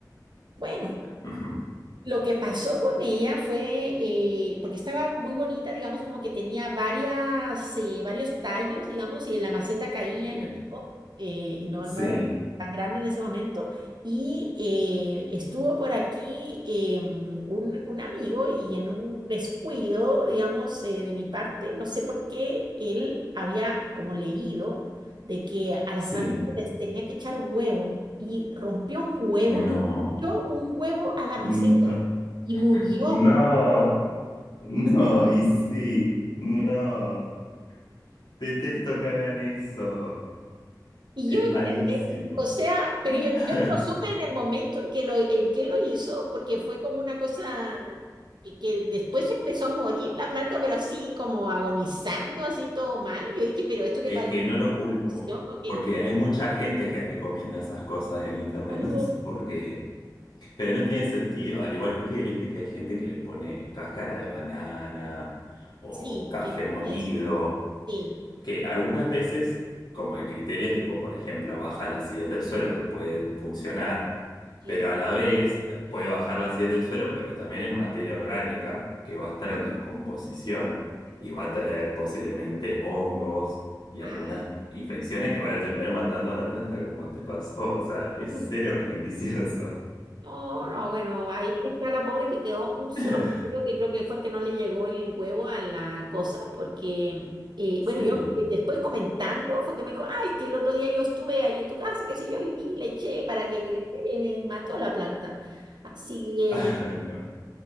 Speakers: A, on the right; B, on the left.
A: Bueno.
B: Ujú.
A: Lo que pasó con ella fue, eh, porque estaba muy bonita, digamos, como que tenía varias, eh, varios tallos, digamos, y en la maceta caían
B: Bien.
A: y todo. eh, no,
B: Sí,
A: no era tan grande en ese momento. Y eh, estuvo por aquí eh, mm, un, un amigo y en un descuido, digamos, eh, de mi parte, no sé por qué él había como leído de que a las
B: sí,
A: plantas les tenía que echar huevo y rompió un huevo.
B: no,
A: Yo un huevo a la
B: no,
A: maceta y murió.
B: no, no, y sí, no. Detesto que hagan eso.
A: Y
B: Es
A: yo,
B: malísimo.
A: ¿entiendes? O sea, pero
B: <laughs>
A: yo, yo no lo supe en el momento en que lo, en que lo hizo, porque fue como una cosa que, que después empezó a morir la planta, pero así como agonizando, así todo mal. yo dije, pero esto qué
B: Es
A: pasó,
B: que no lo culpo,
A: ¿Infección o qué?
B: porque hay mucha gente que recomienda esas cosas en internet,
A: Oh,
B: no sé por qué, pero no tiene sentido, al igual que viste que hay gente que le pone cáscara de banana o
A: sí,
B: café
A: he visto
B: molido.
A: eso. Sí,
B: que algunas veces, como el criterio es tipo, por ejemplo, baja la acidez del suelo, que puede funcionar,
A: ok.
B: pero a la vez eh, puede bajar la acidez del suelo, pero también es materia orgánica que va a estar
A: Ah,
B: en descomposición
A: claro.
B: y va a traer posiblemente hongos y algunas
A: Ah,
B: infecciones que van a terminar matando a la planta, como te pasó. O sea, es
A: uy,
B: cero beneficioso.
A: No, no, bueno, ahí está la pobre que quedó un solo
B: <laughs>
A: cabello que creo que fue que no le llegó el huevo a la cosa, porque, eh,
B: Sí.
A: bueno, yo eh, después comentando fue que me dijo, ay, es que el otro día yo estuve ahí en tu casa, qué sé yo, y vi, le eché para que creciera y me mató la planta. Así que,
B: Ay, no,